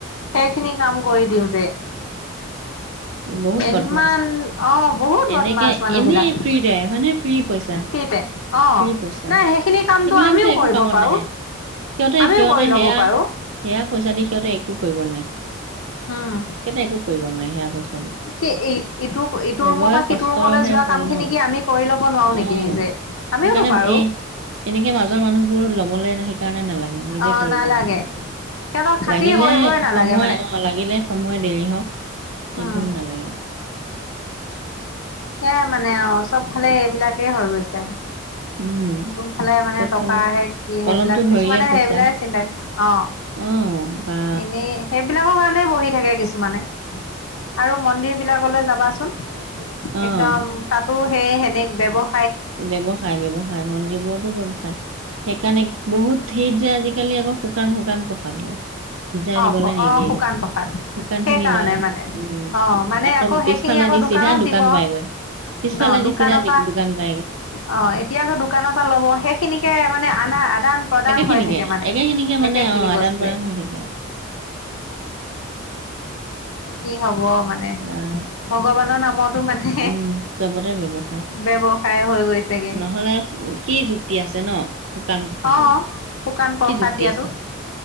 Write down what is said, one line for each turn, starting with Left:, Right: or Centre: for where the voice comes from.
Left: সেইখিনি কাম কৰি দিওঁতে।
Right: উ <unintelligible> বহুত
Left: ইমান
Right: বদমাছ
Left: অ বহুত বদমাছ
Right: এনেকে
Left: মানুহ
Right: এনে
Left: বিলাক
Right: ফ্ৰীতে হয় নে ফ্ৰী পইচা
Left: ফ্ৰীতে। অ'।
Right: ফ্ৰী পইচা
Left: নাই, সেইখিনি কামটো
Right: সেইবিলাক
Left: আমিও
Right: যে একো
Left: কৰিব
Right: কামত
Left: পাৰোঁ।
Right: নাহে সিহঁতে
Left: আমিও
Right: সিহঁতে
Left: কৰি
Right: সেয়া
Left: লব পাৰো
Right: সেয়া পইচা দি সিহঁতে একো কৰিব নোৱাৰে- সিহঁতে
Left: উম
Right: একো কৰিব নোৱাৰে সেয়া পইচা দি
Left: ইটো- ইটো
Right: চবৰে
Left: ৰুমৰ পৰা সিটো
Right: কষ্টৰহে
Left: ৰুমলৈ যোৱা
Right: ফল
Left: কাম
Right: ন
Left: খিনি কি আমি কৰি লব নোৱাৰো
Right: অ
Left: নেকি নিজে? আমিওতো
Right: সেইকাৰণে
Left: পাৰোঁ।
Right: এই এনেকে মাজৰ মানুহবোৰ ল'বলে নে সি নিজে
Left: অ'
Right: কৰিব
Left: নালাগে।
Right: লাগে।
Left: সিহঁতক খাতি
Right: লাগিলে
Left: কৰিবই নালাগে
Right: সময়-
Left: মানে।
Right: অ' লাগিলে সময় দেৰি হওঁক।
Left: উম,
Right: একদম নালাগে।
Left: সেয়াই মানে আৰু চব ফালে এইবিলাকেই হৈ গৈছে।
Right: উম
Left: কোনফালে মানে
Right: চবফালে
Left: টকা আহে কি
Right: কলমটো
Left: সেইবিলাক কিছুমানে
Right: ধৰিলে পইচা
Left: সেইবিলাক চিন্তা অহ
Right: অ বা
Left: এনেই সেইবিলাকৰ কাৰণে বহি থাকে, কিছুমানে। আৰু মন্দিৰবিলাকলৈ যাবাচোন। একদম
Right: অ
Left: তাতো। সেই সেনেক ব্যৱহ।
Right: ব্যৱসায়, ব্যৱসায়। মন্দিৰবোৰতো ব্যৱসায়। সেইকাৰণে বহুত ঠাইত যে আজিকালি আকৌ শুকান শুকান প্ৰসাদ লয়। ভিজাই
Left: অ'
Right: দিবলৈ নিদিয়ে।
Left: অ' শুকান প্ৰসাদ।
Right: শুকান
Left: সেইকাৰণে
Right: খিনি লয়,
Left: মানে
Right: উম
Left: অ' মানে
Right: আকৌ
Left: সেইখিনি
Right: পিছফালে
Left: আকৌ
Right: দি।
Left: দোকানত
Right: চিধা দোকান
Left: দিব।
Right: পাইগৈ, পিছফালেদি
Left: ন দোকানৰ
Right: চিধা
Left: পৰা
Right: দোকান পাই।
Left: অ' এতিয়া আকৌ দোকানৰ পৰা ল'ব। সেইখিনিকে মানে আনা আ। প্ৰদান প্ৰদান
Right: একেখিনিকে
Left: হৈ থাকে মানে
Right: একেখিনিকে মানে
Left: একে খিনি
Right: অ আদান
Left: বস্তুৱে।
Right: প্ৰদান হৈ থাকে আৰু
Left: কি হব মানে
Right: আহ
Left: ভগৱানৰ নাম। মানে,
Right: উম চবতে ব্যৱসায়
Left: ব্যৱসায় হৈ গৈছে। তাকে।
Right: নহ'লে কি যুক্তি আছে ন শুকান প্ৰসাদ
Left: অ'
Right: লোৱা
Left: শুকান প্ৰসাদ
Right: কি যুক্তি
Left: দিয়াতো।
Right: আছে